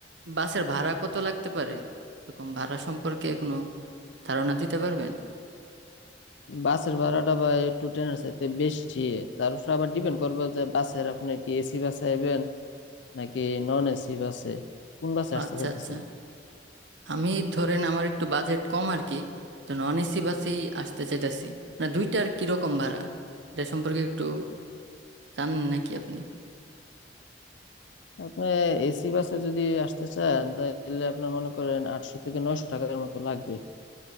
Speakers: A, on the right; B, on the left.
A: বাসের ভাড়া কত লাগতে পারে এরকম ভাড়া সম্পর্কে কোনো ধারণা দিতে পারবেন
B: বাসের ভাড়াটা বা একটু ট্রেনের চাইতে বেশি তার উপর আবার ডিপেন্ড করবে যে বাসের আপনি কি এসি বাসে আইবেন নাকি নন এসি বাসে কোন বাসে আসতে
A: আচ্ছা
B: চাইতেছেন
A: আচ্ছা আমি ধরেন আমার একটু বাজেট কম আর কি তো নন এসি বাসেই আসতে চাইতেছি মানে দুইটার কিরকম ভাড়া এটা সম্পর্কে একটু জানেন নাকি আপনি
B: আপনি এসি বাসে যদি আসতে চান তাহলে আপনার মনে করেন আটশো থেকে নয়শো টাকার মতো লাগবে